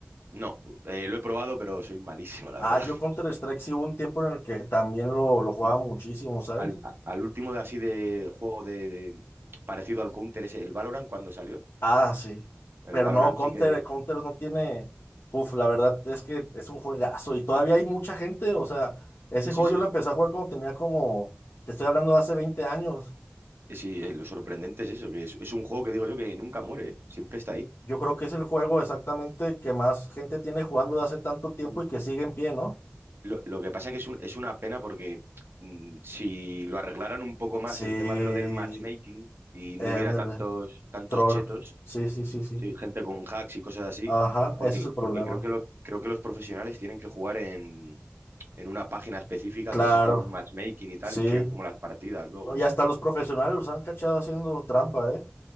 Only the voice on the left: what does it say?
Ah,
yo
Counter-Strike sí hubo un tiempo en el que también lo, lo jugaba
muchísimo, ¿sabes?
Ah, sí. Pero
no, Counter,
Counter no tiene. Uf, la verdad es que es un juegazo y todavía hay mucha gente. O sea, ese
juego
yo
lo empecé a jugar cuando tenía como. Te estoy hablando de hace 20 años.
Yo creo que es el juego exactamente que más gente tiene jugando de hace tanto tiempo
y que sigue en pie, ¿no?
Sí,
ándale,
troll.
Sí, sí, sí, sí.
Ajá,
ese es el problema.
Claro,
sí.
No, Ya hasta los profesionales los han cachado haciendo trampa, ¿eh?